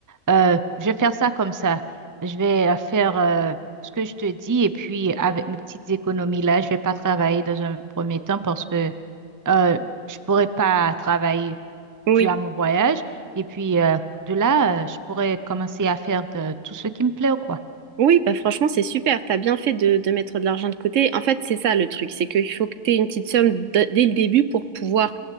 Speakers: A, on the right (about 20°); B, on the right (about 70°).
A: Euh, je vais faire ça comme ça. Je vais euh, faire euh, ce que je te dis et puis avec mes petites économies là, je vais pas travailler dans un premier temps parce que euh, je pourrais pas travailler
B: Oui,
A: dû à mon voyage. Et puis euh, de là, euh, je pourrais commencer à faire de, tout ce qui me plaît, quoi.
B: oui, bah franchement, c'est super. T'as bien fait de, de mettre de l'argent de côté. En fait, c'est ça le truc, c'est qu'il faut que t'aies une petite somme d- dès le début pour pouvoir